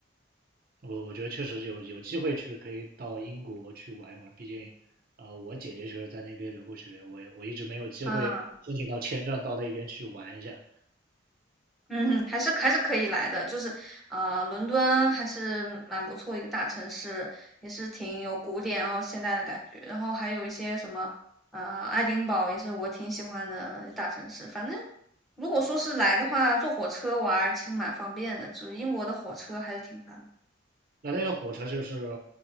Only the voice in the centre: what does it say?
嗯。嗯哼，还是还是可以来的，就是，啊，伦敦还是蛮不错一个大城市，也是挺有古典然后现代的感觉，然后还有一些什么，呃，爱丁堡也是我挺喜欢的大城市。反正如果说是来的话，坐火车玩儿其实蛮方便的，就是英国的火车还是挺发达的，